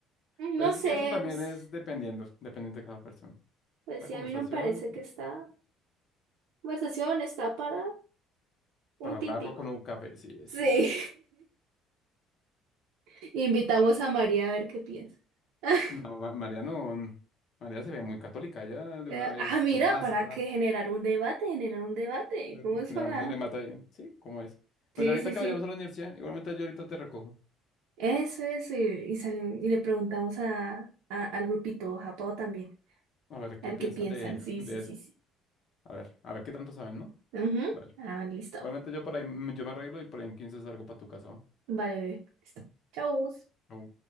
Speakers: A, on the right; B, on the left.
A: no
B: Pues
A: sé,
B: es que eso también
A: pues,
B: es dependiendo, dependiendo de cada persona.
A: pues
B: La
A: sí,
B: conversación,
A: a mí no me parece que esta conversación está para un
B: para
A: tintico.
B: hablarlo con un café, sí, esa.
A: Sí. <laughs> Invitamos a María a ver qué piensa. <laughs>
B: No, Ma- María no. mm, María se ve muy católica, ya de
A: Eh,
B: una vez,
A: ah, mira,
B: Satanás,
A: ¿para
B: Satanás.
A: qué generar un debate? Generar un debate.
B: <laughs>
A: ¿Cómo es
B: Generamos
A: para...?
B: un demata ahí. Sí, ¿cómo es?
A: Sí,
B: Pues ahorita
A: sí,
B: que
A: sí.
B: vayamos a la universidad, igualmente yo ahorita te recojo.
A: Eso, eso. Y, y salimos- y le preguntamos a, a- al grupito Japao también.
B: A ver qué
A: A ver
B: piensan
A: qué piensan.
B: de,
A: Sí,
B: de
A: sí,
B: eso.
A: sí, sí.
B: A ver, a ver qué tanto saben, ¿no?
A: Ujú.
B: Dale.
A: Ah, listo.
B: Obviamente yo por ahí, me- yo me arreglo y por ahí en 15 salgo para tu casa, ¿va?
A: Vale, bebé. Listo. Chau.
B: O